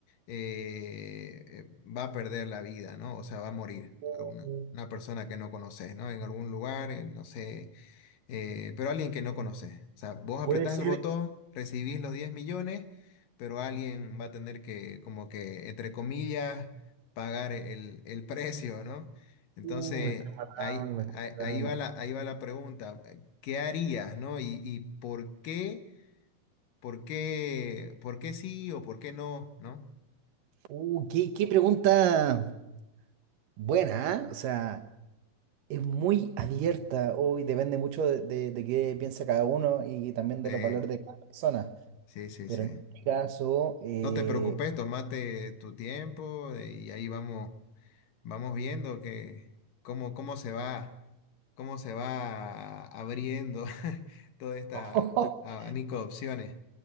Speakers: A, on the left (about 70°); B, on the right (about 70°).
A: eh, eh, va a perder la vida, ¿no? O sea, va a morir
B: Uh,
A: a una, una persona que no conoces, ¿no? En algún lugar, en, no sé, eh, pero alguien que no conoces. O sea, vos apretás
B: Puede ser.
A: el botón, recibís los 10 millones, pero alguien va a tener que, como que, entre comillas, pagar el, el <laughs> precio, ¿no? Entonces,
B: Uh, me está matando,
A: ahí,
B: me está
A: ahí, ahí
B: matando.
A: va la, ahí va la pregunta, ¿qué harías, no? Y, y por qué, por qué, por qué sí o por qué no, ¿no?
B: Uh, qué, qué pregunta. buena, ¿ah? O sea, es muy abierta, hoy depende mucho de, de- de qué piensa cada uno y también
A: Eh,
B: de los valores de cada persona.
A: sí, sí,
B: Pero
A: sí.
B: en este caso, eh,
A: No te preocupes, tomate tu tiempo eh, y ahí vamos Vamos viendo que cómo, cómo se va, cómo se va abriendo <laughs> toda esta
B: <laughs>
A: abanico de opciones.